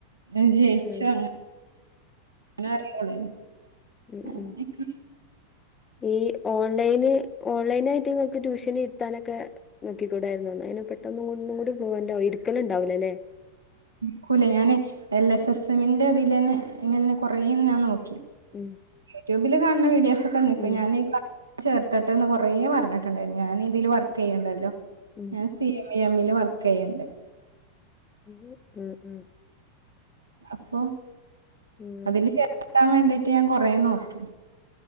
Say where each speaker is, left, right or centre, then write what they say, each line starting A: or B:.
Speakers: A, on the right; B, on the left.
A: ഹെ ജയിച്ചു
B: ഉം
A: അങ്ങ നർഞ്ഞോള്
B: ഉം
A: <unintelligible>
B: ഉം ഈ ഓൺലൈന് ഓൺലൈനായിട്ട് ഇങ്ങക്ക് ട്യൂഷന് ഇരുത്താനൊക്കെ നോക്കിക്കൂടായിരുന്നൊ <unintelligible> ന്നെ പെട്ടന്നും കൊ ഒന്നും കൂടി <unintelligible> ഇരിക്കല് ഇണ്ടാവുല ല്ലേ
A: ക്കൂലാ. ഞാനേ എൽ എസ് എസ് എമ്മന്റെ തിലന്നെ അയ്നന്നെ കൊറേ ഞാൻ നോക്കി
B: ഉം
A: ട്യൂബിൽ കാണണ വീഡിയോസൊക്കെ നീക്ക
B: ഉം
A: ഞാൻ <unintelligible> ചേർത്തട്ടെന്ന് കൊറേ പറഞ്ഞിട്ടുണ്ടായി ഞാൻ ഇതില് വർക്ക് ചെയ്യ്ണ്ടല്ലോ
B: ഉം
A: ഞാൻ സി എം ഇ എം ല് വർക്ക് ചെയ്യ്ണ്ട്
B: ഉ ഉം ഉം
A: അപ്പൊ
B: ഉം
A: അതില് ചേർത്താൻ വേണ്ടിട്ട് ഞാൻ കൊറെ നോക്കി